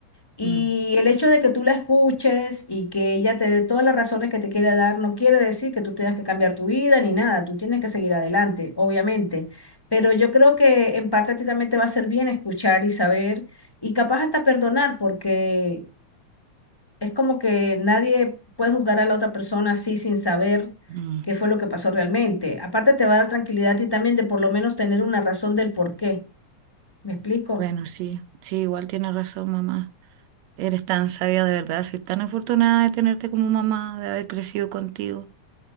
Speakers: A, on the left; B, on the right.
A: Y
B: Mm,
A: el hecho de que tú la escuches y que ella te dé todas las razones que te quiera dar, no quiere decir que tú tengas que cambiar tu vida ni nada, tú tienes que seguir adelante, obviamente. Pero yo creo que en parte a ti también te va a hacer bien escuchar y saber y capaz hasta perdonar, porque es como que nadie puede juzgar a la otra persona así sin saber
B: mm.
A: qué fue lo que pasó realmente. Aparte te va a dar tranquilidad y también de por lo menos tener una razón del por qué. ¿Me explico?
B: Bueno, sí, sí, igual tienes razón, mamá. Eres tan sabia de verdad, soy tan afortunada de tenerte como mamá, de haber crecido contigo